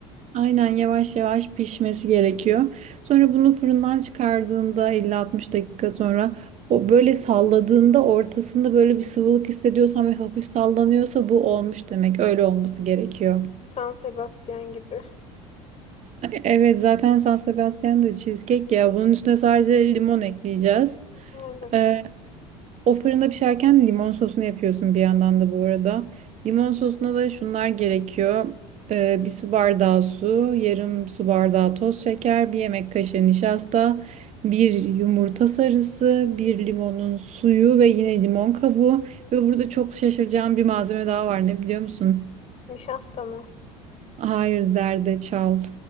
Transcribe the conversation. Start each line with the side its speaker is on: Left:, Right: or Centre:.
Right: Aynen yavaş yavaş pişmesi gerekiyor. Sonra bunu fırından çıkardığında 50-60 dakika sonra o böyle salladığında ortasında böyle bir sıvılık hissediyorsan ve hafif sallanıyorsa bu olmuş demek. Öyle olması gerekiyor. <laughs>
Left: San Sebastian gibi.
Right: Evet zaten San Sebastian da cheesecake ya. Bunun üstüne sadece limon ekleyeceğiz.
Left: Aynen.
Right: Ee, O fırında pişerken limon sosunu yapıyorsun bir yandan da bu arada. Limon sosuna da şunlar gerekiyor. Ee, bir su bardağı su, yarım su bardağı toz şeker, bir yemek kaşığı nişasta, bir yumurta sarısı, bir limonun suyu ve yine limon kabuğu. Ve burada çok şaşıracağım bir malzeme daha var. Ne biliyor musun?
Left: Nişasta mı?
Right: Hayır, zerdeçal.